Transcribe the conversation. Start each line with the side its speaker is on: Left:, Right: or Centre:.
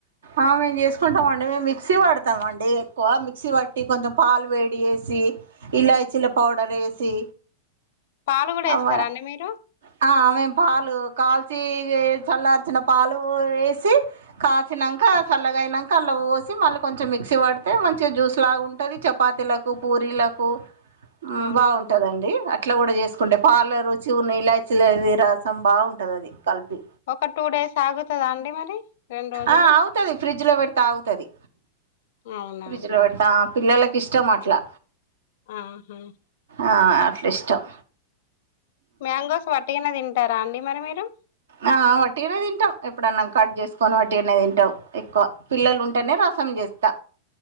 Right: ఆ మేమ్ జేసుకుంటాం అండి మేము మిక్సీ పడతాం అండి ఏ ఎక్కువ మిక్సీ పట్టి కొంచెం పాలు వేడి వేసి ఇలాచిలా పౌడర్ వేసి
Left: పాలు కూడా వేస్తారా
Right: అవ్వ
Left: అండి మీరు
Right: నా ఆ మేం పాలు కాల్చి చల్లార్చినం పాలు వేసి కాసినంకా చల్లగా అయినంకా అలా పోసి మళ్ళీ కొంచెం మిక్సీ పడితే మంచిగా జ్యూస్ లాగా ఉంటది చపాతీలకు పూరీలకు ఉ
Left: అవునా
Right: బాగుంటదండి
Left: అండి
Right: అట్లా కూడా చేసు కుంటే పాల రుచి ఉన్నయి ఇలాచిలది రసం బాగు ఉంటది అది కలిపి
Left: ఒకర్ టూ డేస్ ఆగుతదా అండి మరి రెండు రోజులు
Right: ఆగుతుంది ఫ్రిడ్జ్లో పెడితే ఆగుతుంది
Left: అవునా
Right: ఫ్రిడ్జ్లో పెడతా పిల్లలకి ఇష్టం అట్లా
Left: ఆహా
Right: ఆ అట్లా ఇష్టం
Left: మ్యాంగోస్ వట్టిగానే తింటారా అండి మరి మీరు
Right: ఆ వట్టిగానే తింటాం ఏపు ప్పుడన్నాం కట్ చేసుకొని వట్టిగానే తింటావు ఎక్కువ పిల్లలు ఉంటేనే రసం చేస్తా